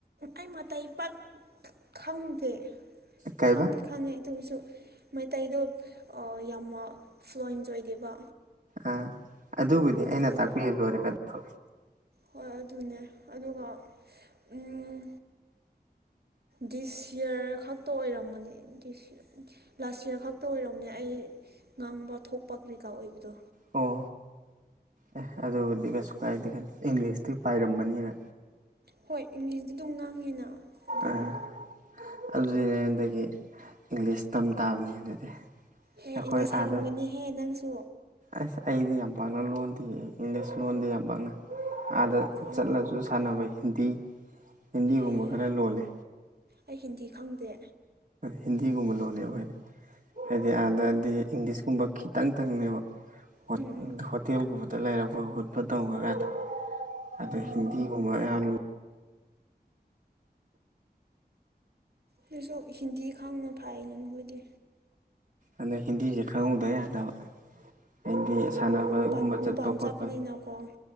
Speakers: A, on the right; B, on the right.
A: ꯑꯩ ꯃꯇꯩ ꯄꯥꯛ ꯈ ꯈꯪꯗꯦ
B: ꯀꯩꯕ
A: ꯈꯪꯗꯤ ꯈꯪꯉꯦ ꯑꯗꯨꯑꯣꯏꯁꯨ ꯃꯩꯇꯩꯗꯣ ꯑꯥ ꯌꯥꯝ ꯋꯥ ꯐ꯭ꯂꯨꯋꯦꯟꯁ ꯑꯣꯏꯗꯦꯕ
B: ꯑꯥ ꯑꯗꯨꯕꯨꯗꯤ ꯑꯩꯅ
A: ꯑꯗꯨꯒꯤ
B: ꯇꯥꯛꯄꯤꯔ ꯂꯣꯏꯔꯦ ꯀꯩꯅꯣ ꯐ
A: ꯍꯣꯏ ꯑꯗꯨꯅꯦ ꯑꯗꯨꯒ ꯎꯝ ꯗꯤꯁꯌꯔ ꯈꯛꯇ ꯑꯣꯏꯔꯝꯒꯅꯤ ꯗꯤꯁ ꯂꯥꯁ ꯌꯔ ꯈꯛꯇ ꯑꯣꯏꯔꯝꯅꯦ ꯑꯩ ꯉꯥꯡꯕ ꯊꯣꯛꯄ ꯀꯔꯤ ꯀꯥ ꯑꯣꯏꯕꯗꯣ
B: ꯑꯣ ꯑꯦ ꯑꯗꯨꯕꯨꯗꯤ ꯀꯩꯁꯨ ꯀꯥꯏꯗꯦ ꯀꯩꯅꯣ ꯏꯪꯂꯤꯁꯇꯤ ꯄꯥꯏꯔꯝꯃꯅꯤ ꯅ
A: ꯍꯣꯏ ꯏꯪꯂꯤꯁꯗꯤ ꯑꯗꯨꯝ ꯉꯥꯡꯉꯤꯅ ꯑꯗꯨꯒꯤ
B: ꯑꯥ ꯑꯗꯨꯗꯤꯅꯦ ꯍꯟꯗꯛꯀꯤ ꯏꯪꯂꯤꯁ ꯇꯝ ꯇꯥꯕꯅꯤ ꯑꯗꯨꯗꯤ
A: ꯍꯦ
B: ꯑꯩꯈꯣꯏ
A: ꯏꯪꯂꯤꯁ ꯍꯩꯔꯝꯒꯅꯤꯍꯦ
B: ꯑꯥꯗ
A: ꯅꯪꯁꯨ
B: ꯑꯁ ꯑꯩꯗꯤ ꯌꯥꯝ ꯄꯥꯛꯅ ꯂꯣꯟꯗꯦ ꯏꯪꯂꯤꯁ ꯂꯣꯟꯗꯦ ꯌꯥꯝ ꯄꯥꯛꯅ ꯑꯥꯗ
A: ꯎꯝ
B: ꯆꯠꯂꯖꯨ ꯁꯥꯟꯅꯕ ꯍꯤꯟꯗꯤ ꯍꯤꯟꯗꯤꯒꯨꯝꯕ
A: ꯎꯝ
B: ꯈꯔ ꯂꯣꯜꯂꯦ
A: ꯑꯩ ꯍꯤꯟꯗꯤ ꯈꯪꯗꯦ
B: ꯍꯤꯟꯗꯤꯒꯨꯝꯕ ꯂꯣꯜꯂꯦ ꯑꯈꯣꯏ ꯍꯥꯏꯗꯤ ꯑꯥꯗꯗꯤ ꯏꯪꯂꯤꯁꯀꯨꯝꯕ ꯈꯤꯇꯪꯇꯪꯅꯦꯕ ꯍꯣꯠ
A: ꯎꯝ ꯎꯝ
B: ꯍꯣꯇꯦꯜꯒꯨꯝꯕꯗ ꯂꯩꯔꯝ ꯄꯥ ꯈꯣꯠꯄ ꯇꯧꯔꯒꯥ ꯑꯗꯥ
A: ꯎꯝ
B: ꯍꯤꯟꯗꯤꯒꯨꯝꯕ ꯑꯌꯥꯝꯂꯨ
A: ꯁꯤꯁꯨ ꯍꯤꯟꯗꯤ ꯈꯪꯅ ꯐꯥꯏꯅꯦ ꯅꯣꯏꯗꯤ
B: ꯑꯅꯥ ꯍꯤꯟꯗꯤꯖꯦ ꯈꯪꯍꯧꯗ ꯌꯥꯗꯕ ꯍꯥꯏꯗꯤ ꯁꯥꯟꯅꯕꯒꯨꯝꯕ
A: ꯃꯄꯥꯟ ꯃꯄꯥꯟ
B: ꯆꯠꯄ ꯈꯣꯠꯄ
A: ꯆꯠꯄꯅꯤꯅꯀꯣ